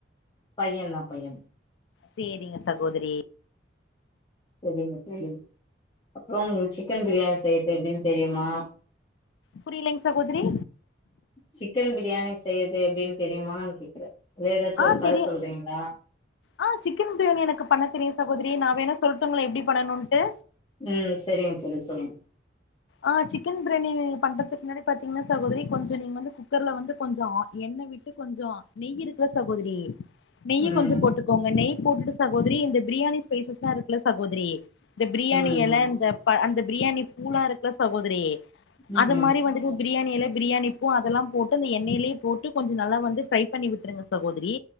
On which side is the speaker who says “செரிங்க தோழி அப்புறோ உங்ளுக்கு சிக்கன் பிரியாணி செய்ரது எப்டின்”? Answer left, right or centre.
Left